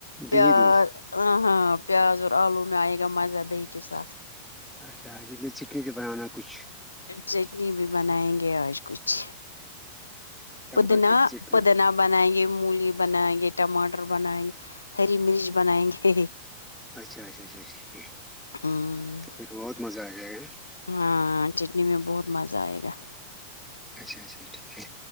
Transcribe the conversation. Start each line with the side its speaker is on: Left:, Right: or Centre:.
Left: پیاز
Centre: دہی دودھ
Left: ہاں ہاں پیاز اور آلو میں آئے گا مزہ دہی کے ساتھ
Centre: اچھا جی میں چٹنی تو بنانا کچھ
Left: چٹنی بھی بنائیں گے آج کچھ
Centre: ٹماٹر
Left: پودنا
Centre: کی چٹنی
Left: پودنا بنائیں گے مولی بنائیں گے ٹماٹر بنائیں گے ہری مرچ بنائیں گے
Centre: اچھا اچھا اچھا ٹھیک ہے
Left: ہمم
Centre: تو پھر بہت مزہ آ جائے گا
Left: ہاں چٹنی میں بہت مزہ آئے گا
Centre: اچھا اچھا ٹھیک ہے